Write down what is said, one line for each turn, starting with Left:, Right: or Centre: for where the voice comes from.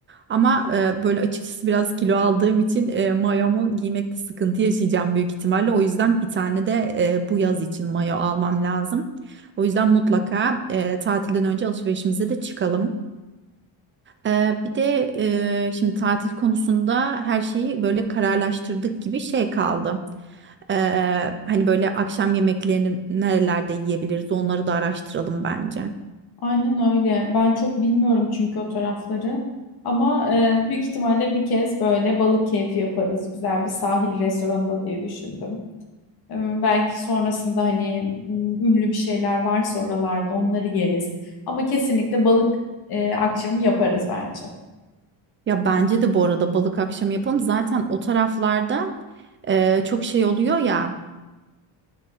Right: Ama e, böyle açıkçası biraz kilo aldığım için e, mayomu giymekte sıkıntı yaşayacağım büyük ihtimalle. O yüzden bir tane de e, bu yaz için mayo almam lazım. O yüzden mutlaka e, tatilden önce alışverişimize de çıkalım. Ee, bir de e, şimdi tatil konusunda her şeyi böyle kararlaştırdık gibi şey kaldı. Ee, hani böyle akşam yemeklerini nerelerde yiyebiliriz onları da araştıralım bence.
Left: Aynen öyle. Ben çok bilmiyorum çünkü o tarafları. Ama e, büyük ihtimalle bir kez böyle balık keyfi yaparız. Güzel bir sahil restoranında diye düşündüm. E, belki sonrasında hani m, ünlü bir şeyler varsa oralarda onları yeriz. Ama kesinlikle balık e, akşamı yaparız bence.
Right: Ya bence de bu arada balık akşamı yapalım. Zaten o taraflarda e, çok şey oluyor ya.